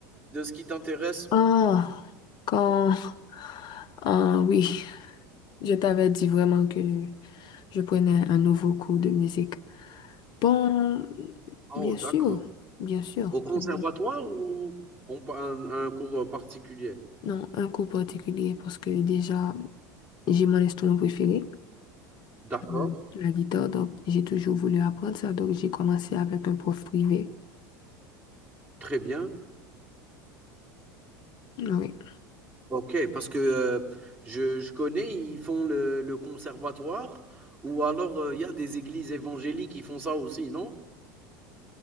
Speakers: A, on the right; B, on the left.
A: de ce qui t'intéresse?
B: Ah, quand... Ah oui, je t'avais dit vraiment que je prenais un nouveau cours de musique. Bon,
A: Oh,
B: bien
A: d'accord.
B: sûr, bien sûr,
A: Au conservatoire
B: je prenais-
A: ou on, pa- un, un cours particulier?
B: Non, un cours particulier parce que déjà, j'ai mon instrument préféré,
A: D'accord,
B: euh, la guitare, donc j'ai toujours voulu apprendre ça, donc j'ai commencé avec un prof privé.
A: très bien.
B: Oui.
A: Ok, parce que euh, je, je connais, ils font le, le conservatoire ou alors euh, il y a des églises évangéliques qui font ça aussi, non?